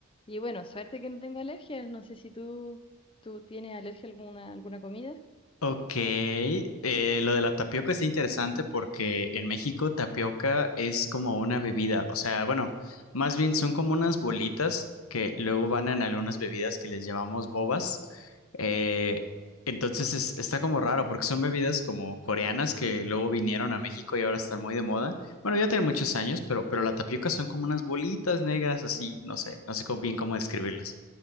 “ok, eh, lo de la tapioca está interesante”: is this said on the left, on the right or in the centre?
Left